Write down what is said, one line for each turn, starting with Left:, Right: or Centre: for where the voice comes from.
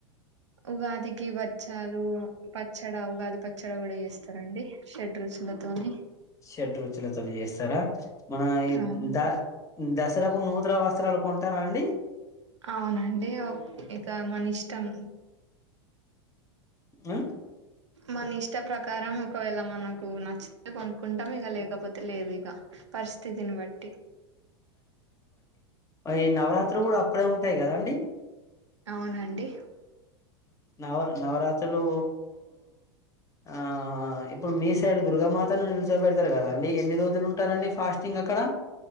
Right: ఉగాదికి బచ్చాలు పచ్చడా ఉగాది పచ్చడా కూడా చేస్తారండి షడ్రుచులతోని
Left: షడ్ రుచులతోని చేస్తారా మన
Right: అవును
Left: ద దసరాకు నూత రా వస్త వస్త్రాలు కొంటారా అండి
Right: అవునండి ఇక మన ఇష్టం
Left: ఆ
Right: మన ఇష్ట ప్రకారం ఒకవేళ మనకు నాకు నచ్చితే కొనుక్కుంటాం ఇగ లేకపోతే లేదు ఇగ పరిస్థితిని బట్టి
Left: ఐ నవరాత్రి కూడా అప్పుడే ఉంటాయి కదాండి
Right: అవునండి
Left: నవ నవరాత్రులు ఆ ఇప్పుడు మీ సైడ్ దుర్గామాతను నిలిచో పెెడతారు కదా అండి ఎన్ని రోజులు ఉంటారండి ఫాస్టింగ్ అక్కడ